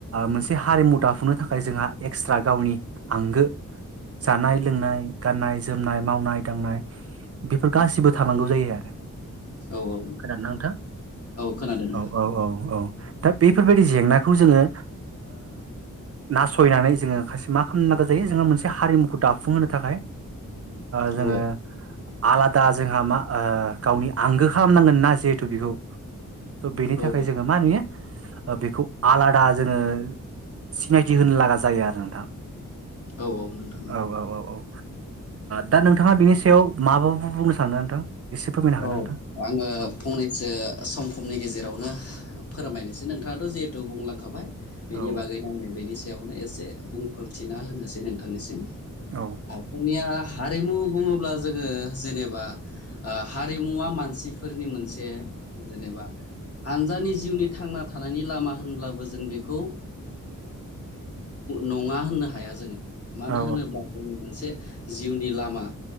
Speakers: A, on the right (about 50°); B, on the left (about 50°).
A: मोनसे हारिमु दाफुंनो थाखाय जोंहा एक्सट्रा गावनि आंगो जानाय लोंनाय गाननाय जोमनाय मावनाय दांनाय बेफोर गासिबो थानांगौ जायो आरो
B: औ औ
A: खोनादों न नोंथां
B: औ खोनादों नोंथां
A: औ औ औ औ दा बेफोरबायदि जेंनाखौ जोङो नासयनानै जोङो खायसे मा खालामनो नांगौ जायो जोङो मोनसे हारिमुखौ दाफुंहोनो थाखाय जोङो
B: औ
A: आलादा जोंहा मा गावनि आंगो खालामनांगोन ना जिहेथु बेखौ स' बेनि थाखाय
B: औ
A: जोङो मा नुयो बेखौ आलादा जोङो सिनायथि होनो लागा जायो आरो नोंथां
B: औ औ नोंथां ।
A: औ औ औ औ ओ दा नोंथाङा बिनि सायाव माबो बुंनो सानो नोंथां? एसे फोरमायनो हागोन
B: औ
A: ना नोंथां
B: आङो
A: औ
B: फंनैसो सम समनि गेजेरावनो फोरमायनोसै नोंथाङाथ' जिहेथु बुंलांखाबाय बेनि
A: औ
B: बागै नां बेनि नो एसे बुंफोरथिना होनोसै नोंथांनिसिम
A: औ
B: जोंनिया ह हारिमु बुङोब्ला जोङो जेनेबा हारिमुवा मानसिफोरनि मोनसे जेनेबा हानजानि जिउनि थांना थानायनि लामा होनब्लाबो जों बेखौ नङा होननो हाया जोङो मानो
A: औ
B: होनोब्ला जोंनि मोनसे जिउनि लामा